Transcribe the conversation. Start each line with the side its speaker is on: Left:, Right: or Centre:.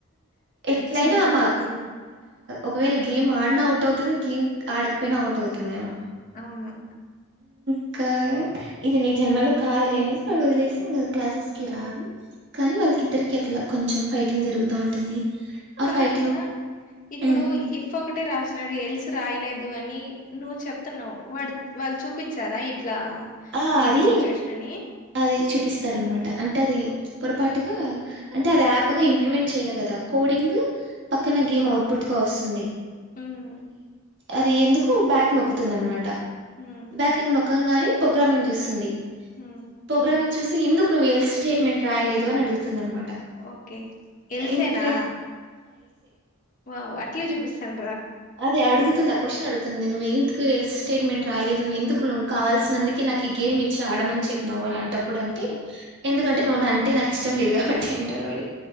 Right: ఎట్లయినా
Left: చీటింగ్
Right: ఆమె
Left: ఇది
Right: ఒకవేళ గేమ్ ఆడినా అవుట్ అవుతుంది గేమ్ ఆడకపోయినా అవుట్ అవుతుంది ఆమె
Left: అవును
Right: ఇక ఇది నీ జన్మలో కాదులే అనేసి వాళ్ళు వదిలేసి క్లాసెస్ కి రారు. కానీ వాళ్ళకి ఇద్దరికి ఇట్లా కొంచెం ఫైటింగ్ జరుగుతా ఉంటుంది. ఆ
Left: కాదుమా
Right: ఫైటింగ్
Left: ఇప్పుడు
Right: ఉమ్
Left: ఇప్ ఒకటే రాసినాడు ఎల్స్ రాయలేదు అని నువ్వు చెప్తున్నావ్ వాళ్ళు చూపించారా? ఇట్లా
Right: ఆ
Left: ఇది
Right: అది
Left: సిచ్యుయేషన్ అని.
Right: అది చూపిస్తారు అన్నమాట అంటే అది పొరపాటుగా అంటే అది యాప్ గా ఇంప్లిమెంట్ చేయలే కదా కోడింగ్ పక్కన గేమ్ అవుట్ పుట్ గా వస్తుంది
Left: ఉమ్
Right: అది ఎందుకో బ్యాక్ నొక్కుతుంది అన్నమాట.
Left: ఉమ్
Right: బ్యాకింగ్ నొక్క ని ప్రోగ్రామింగ్ చూస్తుంది.
Left: ఉమ్
Right: ప్రోగ్రామింగ్ చూసి ఎందుకునువు ఎల్స్ స్టేట్మెంట్ రాయేదు అని అడుగుతుంది. అన్నమాట.
Left: ఓకే ఎల్సేనా
Right: ఎందుకు రాయలేదు
Left: వావ్ అట్లే జుపిస్తారు.
Right: అది అడుగుతుంది. క్వశ్చన్ అడుతుంది నువ్వు ఎందుకు ఎల్స్ స్టేట్మెంట్ రాయలేదు ఎందుకు నువ్వు కావల్సినందుకే నాకు ఈ గేమ్ ఇచ్చి ఆడమని చెప్పినావు. అలాంటప్పుడు అంటే ఎందుకంటే నువ్వు అంటే నాకు ఇష్టం లేదు కాబట్టి అంటాడు వాడు.